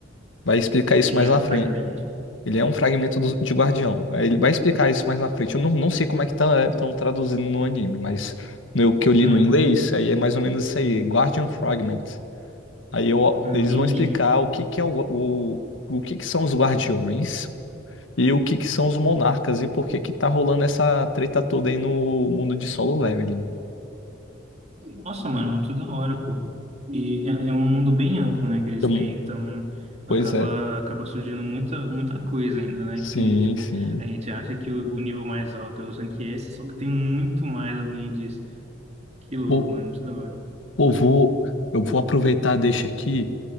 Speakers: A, on the left; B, on the right.
A: Vai explicar isso
B: Ele
A: mais
B: é
A: na
B: um
A: frente,
B: fragmento?
A: Ele é um fragmento do- de Guardião. Aí Ele vai explicar isso mais na frente. Eu não, não sei como é que estão traduzindo no anime, mas no que eu li
B: Hum,
A: no inglês, aí é mais ou menos isso aí, Guardian Fragment. Aí eu-
B: entendi.
A: eles vão explicar o que que é o, o, o que que são os Guardiões e o que que são os Monarcas e por que que tá rolando essa treta toda aí no mundo de solo leveling.
B: Nossa, mano, muito da hora, pô. E é, é um mundo bem amplo, né, que eles
A: Eu
B: têm,
A: não-
B: então acaba,
A: pois é.
B: acaba surgindo muita, muita coisa ainda, né,
A: Sim,
B: que, tipo,
A: sim.
B: a gente acha que o, o nível mais alto é o Rank S, só que tem muito mais além disso. Que louco,
A: Por-
B: mano, muito da hora.
A: Pô, vou, eu vou aproveitar deixa aqui.